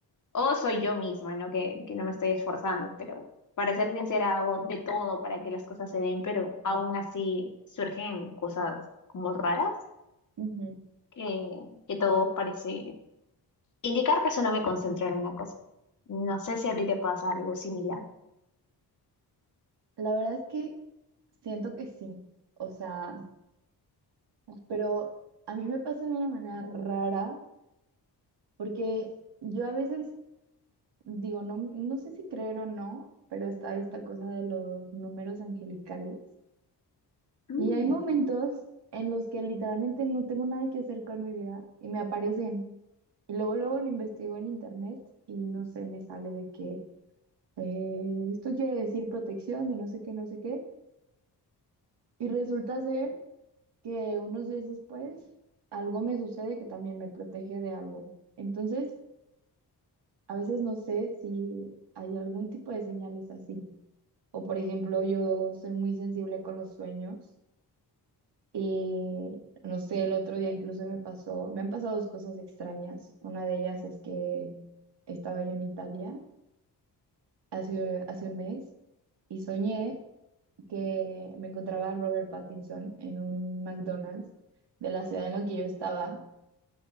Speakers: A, on the left (about 45°); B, on the right (about 75°).
A: o soy yo misma, ¿no? Que, que no me estoy esforzando, pero para ser sincera, hago de todo para que las cosas se den, pero aún así surgen cosas como raras
B: ujú.
A: que, que todo parece indicar que solo me concentro en una cosa. No sé si a ti te pasa algo similar.
B: La verdad es que siento que sí. O sea... pero a mí me pasa de una manera rara, porque yo a veces digo, no, no sé si creer o no, pero está esta cosa de los números angelicales.
A: Mm,
B: Y hay momentos en los que literalmente no tengo nada que hacer con mi vida y me aparecen. Y luego, luego lo investigo en internet y no sé, me sale de que eh, esto quiere decir protección, de no sé qué, no sé qué. Y resulta ser que unos días después algo me sucede que también me protege de algo. Entonces, a veces no sé si hay algún tipo de señales así. O por ejemplo, yo soy muy sensible con los sueños y no sé, el otro día incluso me pasó, me han pasado dos cosas extrañas. Una de ellas es que estaba yo en Italia hace, hace un mes y soñé que me encontraba a Robert Pattinson en un McDonald's de la ciudad en la que yo estaba